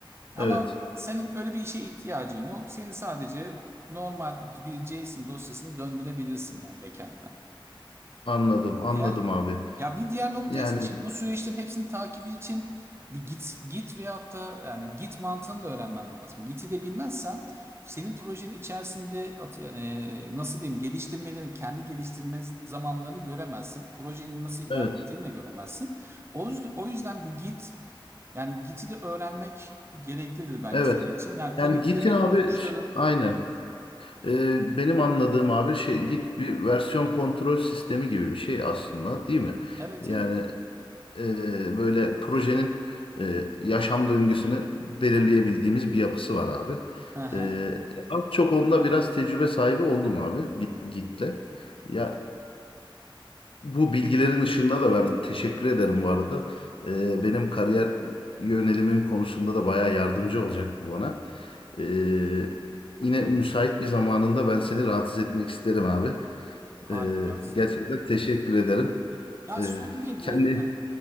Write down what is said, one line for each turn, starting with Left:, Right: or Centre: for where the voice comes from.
Right: Ama
Left: Evet.
Right: senin öyle bir işe ihtiyacın yok. Senin sadece normal bir JSON dosyasını döndürebilirsin yani backend'den.
Left: Anladım. Anladım
Right: Ya,
Left: abi.
Right: ya bir diğer nokta
Left: Yani
Right: ise şimdi bu süreçlerin hepsinin takibi için bir git git veyahut da yani git mantığını da öğrenmen lazım. Git'i de bilmezsen senin projenin içerisinde at- yani e, nasıl diyeyim geliştirmelerini kendi geliştirme zamanlarını göremezsin. Projenin nasıl ilerlettiğini
Left: evet.
Right: de göremezsin. O, yüz- o yüzden bir git yani git'i de öğrenmek gereklidir bence
Left: Evet.
Right: senin için. Yani komitlerin,
Left: Yani Git'in abi
Right: koçların
Left: aynı. Ee, benim anladığım abi şey Git bir versiyon kontrol sistemi gibi bir şey aslında değil mi?
Right: evet
Left: Yani
Right: evet.
Left: e, böyle projenin e, yaşam döngüsünü belirleyebildiğimiz bir yapısı var abi.
Right: Hı hı.
Left: Ee, az çok onda biraz tecrübe sahibi oldum abi Git, Git'le. Ya bu bilgilerin ışığında da ben teşekkür ederim bu arada. Ee, benim kariyer yönelimim konusunda da bayağı yardımcı olacak bu bana. Ee, yine müsait bir zamanında ben seni rahatsız etmek isterim abi.
Right: Harika.
Left: Ee, gerçekten teşekkür ederim.
Right: Ya
Left: Ee,
Right: sorun değil
Left: kendi...
Right: bu. Yani